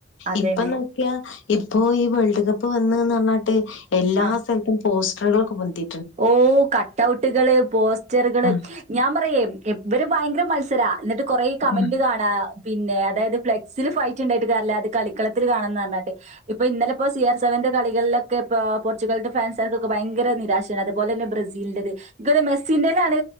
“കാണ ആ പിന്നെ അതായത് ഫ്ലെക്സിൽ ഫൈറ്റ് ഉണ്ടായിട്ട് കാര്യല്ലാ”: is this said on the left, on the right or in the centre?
Right